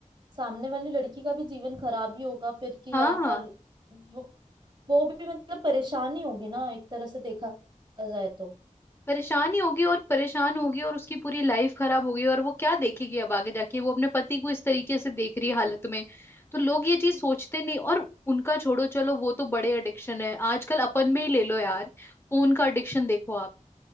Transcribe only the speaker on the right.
सामने वाली लड़की का भी जीवन खराब ही होगा फिर कि
यार वो वो भी मतलब परेशानी होगी ना एक तरह से देखा जाए तो